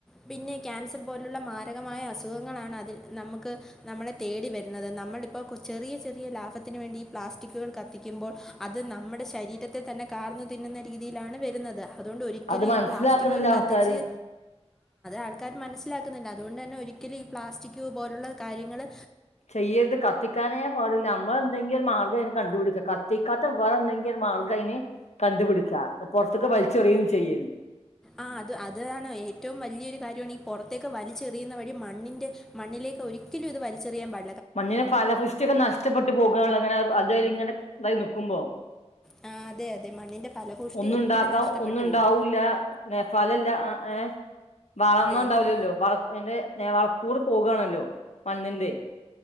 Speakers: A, in the centre; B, on the left.
A: പിന്നെ ക്യാൻസർ പോലുള്ള മാരകമായ അസുഖങ്ങളാണ് അതി നമുക്ക് നമ്മളെ തേടി വരുന്നത് നമ്മളിപ്പോൾ ചെറിയ ചെറിയ ലാഭത്തിന് വേണ്ടി ഈ പ്ലാസ്റ്റിക്കുകൾ കത്തിക്കുമ്പോൾ അത് നമ്മുടെ ശരീരത്തെ തന്നെ കാർന്നു തിന്നുന്ന രീതിയിലാണ് വരുന്നത് അതുകൊണ്ട് ഒരിക്കലും
B: അത് മനസ്സിലാക്കണില്ല
A: ഈ പ്ലാസ്റ്റിക്കുകൾ കത്തിച്ച്
B: ആൾക്കാര്
A: ആൾക്കാാര് മനസ്സിലാക്കുന്നില്ല അതുകൊണ്ട് തന്നെ ഒരിക്കലും ഈ പ്ലാസ്റ്റിക് പോലുള്ള കാര്യങ്ങങ്ങള്
B: ചെയ്യരുത് കത്തിക്കാനേ പാടില്ല നമ്മള് എന്തെങ്കിലും ഒരു മാർഗ്ഗം അയിന് കണ്ടുപിടിക്കണം കത്തിക്കാത്ത വേറെന്തെങ്കിൽ ഒരു മാർഗം അതിനെ കണ്ടുപിടിക്കുക പുറത്തൊക്കെ വലിച്ചെറിയയും ചെയ്യരുത്
A: ആഹ് അത് അതാണ് ഏറ്റവും വലിയൊരു കാര്യമാണ് ഈ പുറത്തേക്ക് വലിച്ചെറിയുന്ന വഴി മണ്ണിന്റെ മണ്ണിലേക്ക് ഒരിക്കലും ഇത് വലിച്ചെറിയാൻ പാ
B: മണ്ണിനെ ഫലപുഷ്ടിയൊക്കെ നഷ്ടപ്പെട്ട് പോകുകള്ളൂ അങ്ങനെ അതായ ഇങ്ങനെ നായി നികുമ്പോ
A: ആ അതെ അതെ മണ്ണിൻ്റെ ഫലഭൂഷ്ടി
B: ഒന്നുണ്ടാക്കാം
A: ഒത്തിരി നഷ്ടപ്പെട്ടു
B: ഒന്നും ഉണ്ടാവൂല്ല
A: പോകും
B: നേഫാലല്ല ആ ഏ ബാളമ്മ
A: അതെ
B: ഉണ്ടാവില്ലല്ലോ
A: നം
B: എന്റെ നേള കൂടെ പോകാണല്ലോ മണ്ണിന്റെ